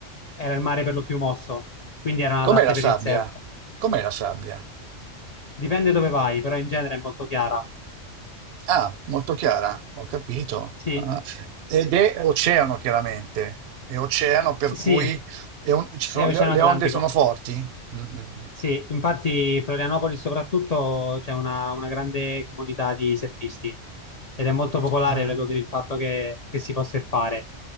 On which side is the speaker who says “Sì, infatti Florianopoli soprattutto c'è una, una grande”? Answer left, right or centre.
Left